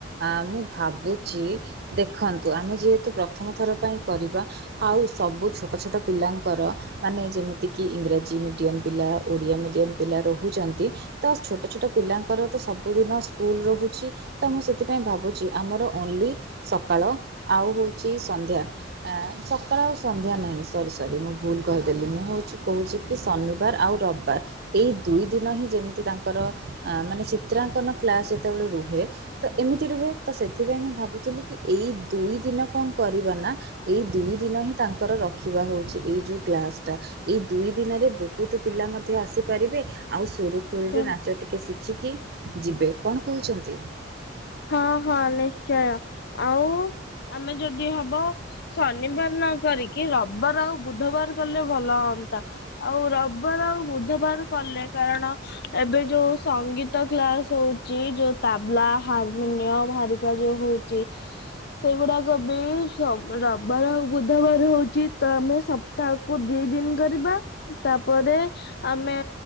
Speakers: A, on the right (about 55°); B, on the left (about 55°).
A: ଆ ମୁଁ ଭାବୁଛି ଦେଖନ୍ତୁ ଆମେ ଯେହେତୁ ପ୍ରଥମଥର ପାଇଁ କରିବା ଆଉ ସବୁ ଛୋଟ ଛୋଟ ପିଲାଙ୍କର ମାନେ ଯେମିତିକି ଇଂରାଜୀ ମିଡ଼ିୟମ୍ ପିଲା ଓଡ଼ିଆ ମିଡ଼ିୟମ୍ ପିଲା ରହୁଛନ୍ତି। ତ ଛୋଟ ଛୋଟ ପିଲାଙ୍କର ତ ସବୁଦିନ ସ୍କୁଲ ରହୁଛି ତ ମୁଁ ସେଥିପାଇଁ ଭାବୁଛି ଆମର ଓନ୍ଲି ସକାଳ ଆଉ ହଉଛି ସନ୍ଧ୍ୟା। ଆ ସକାଳ ଆଉ ସନ୍ଧ୍ୟା ନାହିଁ ସରି ସରି ମୁଁ ଭୁଲ କହିଦେଲି ମୁଁ ହଉଛି କହୁଛି କି ଶନିବାର ଆଉ ରବିବାର ଏଇ ଦୁଇ ଦିନ ହିଁ ଯେମିତି ତାଙ୍କର ମାନେ ଚିତ୍ରାଙ୍କନ କ୍ଲାସ୍ ଯେତେବେଳେ ରୁହେ। ତ ଏମିତି ରୁହେ ତ ସେଥିପାଇଁ ମୁଁ ଭାବୁଥିଲି କି ଏଇ ଦୁଇ ଦିନ କଣ କରିବା ନା ଏଇ ଦୁଇ ଦିନ ହିଁ ତାଙ୍କର ରଖିବା ହଉଛି ଏଇ ଯୋଉ କ୍ଲାସ ଟା। ଏଇ ଦୁଇ ଦିନରେ ବହୁତ ପିଲା ମଧ୍ୟ ଆସିପାରିବେ ଆଉ ସୂରୁ ଖୁରୁ
B: କଣ
A: ରେ ନାଚ ଟିକେ ଶିଖିକି ଯିବେ କଣ କହୁଛନ୍ତି?
B: ହଁ ହଁ ନିଶ୍ଚୟ ଆଉ ଆମେ ଯଦି ହବ ଶନିବାର ନ କରିକି ରବିବାର ଆଉ ବୁଧବାର କଲେ ଭଲ ହୁଅନ୍ତା। ଆଉ ରବିବାର ଆଉ ବୁଧବାର କଲେ କାରଣ ଏବେ ଯୋଉ ସଙ୍ଗୀତ କ୍ଲାସ ହଉଛି ଯୋଉ ତାବଲା ହାରମିନିୟମ ହାରିକା ଯୋଉ ହଉଛି। ସେଇଗୁଡାକ ବି ରବିବାର ଆଉ ବୁଧବାର ହଉଛି ତ ଆମେ ସ ତାକୁ ଦି ଦିନ୍ କରିବା ତାପରେ ଆମେ